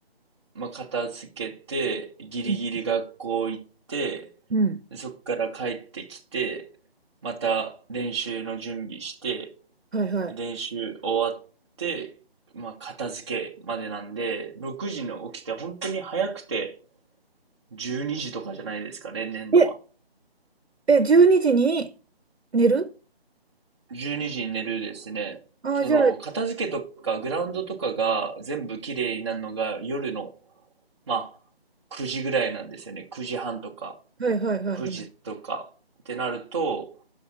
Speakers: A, on the right; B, on the right.
A: まあ、片付けて、ギリギリ学校行って、
B: うんうん
A: でそっから帰ってきて、また練習の準備して、
B: はいは
A: 練習終わって、まあ、片付けまでなんで、6時に起きて本当に早くて12時とかじゃないですかね、例年のは。
B: い。え、え、12時にじに寝る
A: 12時にじに寝るですね。
B: ああー、
A: その、
B: じゃあ、は
A: 片付けとか、グラウンドとかが全部綺麗になるのが夜の、まあ、9時ぐらいなんですよね。9時半とか、
B: いはいはいはい。
A: 9時とかってなると、